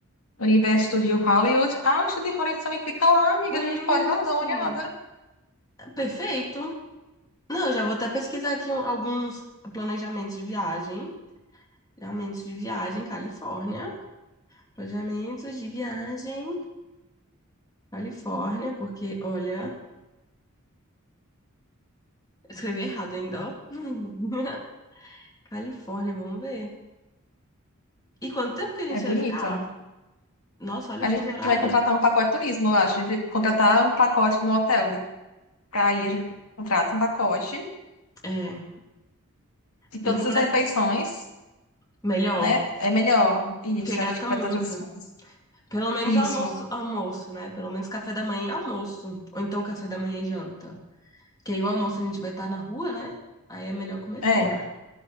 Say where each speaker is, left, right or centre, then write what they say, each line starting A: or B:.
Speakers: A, on the left (about 85°); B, on the left (about 15°).
A: Universo de Hollywood. Ah, o estúdio de Hollywood também fica lá, amiga.
B: Hollywood,
A: A gente pode ir lá dar uma olhada.
B: perfeito. Não, eu já vou até pesquisar aqui um- alguns planejamentos de viagem. Planejamentos de viagem, Califórnia. Planejamentos de viagem, Califórnia, porque, olha, eu escrevi errado ainda, ó. <laughs> Califórnia, vamos ver. E quanto tempo que a gente
A: É, é bonito.
B: vai ficar? Nossa, olha
A: A
B: o fuso
A: gente
B: horário.
A: vai contratar um pacote de turismo lá. A gente vai contratar um pacote no hotel. De... Pra ir, a gente contrata um pacote
B: É,
A: de todas
B: e quando
A: as refeições,
B: é melhor?
A: né? É melhor. Isso,
B: Porque gasta
A: acho que para
B: muito.
A: todas as coisas.
B: Pelo menos
A: Isso.
B: almoço, almoço, né? Pelo menos café da manhã e almoço. Ou então café da manhã e janta. Que aí o almoço a gente vai estar na rua, né? Aí é melhor comer
A: É.
B: fora.